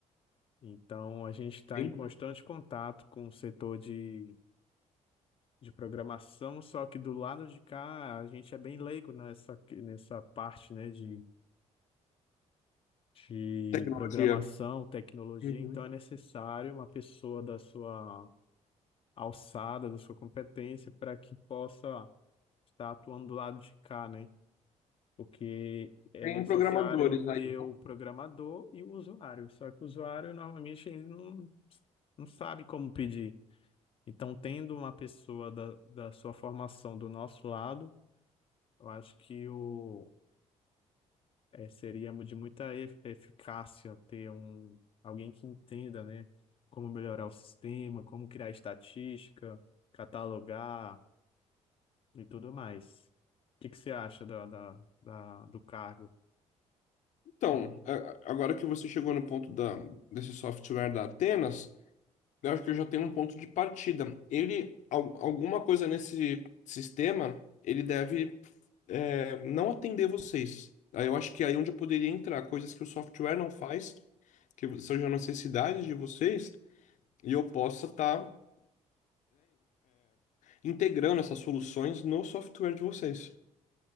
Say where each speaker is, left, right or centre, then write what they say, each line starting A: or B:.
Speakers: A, on the left (about 45°); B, on the left (about 75°).
A: Então a gente está
B: Tem
A: em constante contato com o setor de, de programação, só que do lado de cá a gente é bem leigo nessa, nessa parte, né, de, de
B: Tecnologia.
A: programação, tecnologia,
B: Uhum.
A: então é necessário uma pessoa da sua alçada, da sua competência, para que possa estar atuando do lado de cá, né? porque é
B: Tem
A: necessário
B: programadores aí.
A: ter
B: né?
A: o programador e o usuário. Só que o usuário normalmente ele não, não sabe como pedir. Então, tendo uma pessoa da, da sua formação do nosso lado, eu acho que o, é, seria de muita ef- eficácia ter um, alguém que entenda, né, como melhorar o sistema, como criar estatística, catalogar e tudo mais. O que que você acha da, da, da- do cargo?
B: Então, a- a- agora que você chegou no ponto da, desse software da Atenas, Eu acho que eu já tenho um ponto de partida. Ele, al- alguma coisa nesse sistema, ele deve é, não atender vocês. Aí eu acho que aí é onde eu poderia entrar, coisas que o software não faz, que sejam necessidades de vocês, e eu possa estar integrando essas soluções no software de vocês.